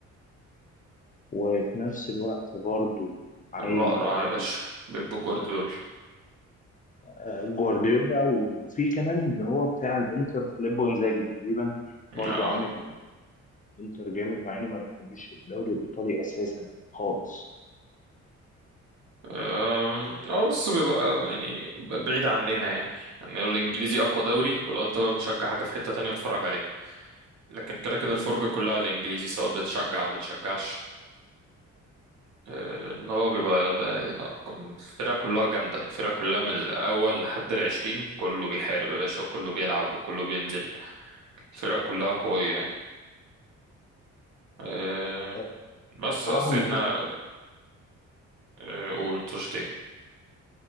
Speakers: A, on the left; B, on the right.
A: وفي نفس الوقت برضو عايز
B: الاقرع
A: أقول
B: يا باشا بيب جوارديولا
A: آه جوارديولا وفي كمان اللي هو بتاع الإنتر فيليبو إنزاجي تقريبا
B: اه
A: برضو عامل إنتر جامد مع إني ما بحبش الدوري الإيطالي أساسا خالص
B: أم، اه بس بيبقى يعني ب- بعيد عننا يعني يعني الانجليزي اقوى دوري ولو انت بقى بتشجع حاجه في حته تانية اتفرج عليها لكن كده كده
A: مم.
B: الفرجة كلها على الإنجليزي سواء بتشجع أو بتشجعش آه، إن هو بيبقى ده الفرقة كلها جامدة الفرقة كلها من الأول لحد العشرين كله بيحارب يا باشا وكله بيلعب وكله بينزل الفرقة كلها قوية يعني آه،
A: آه،
B: بس
A: بصراحة
B: بس
A: المطوشة
B: احنا آه، قول نطشت ايه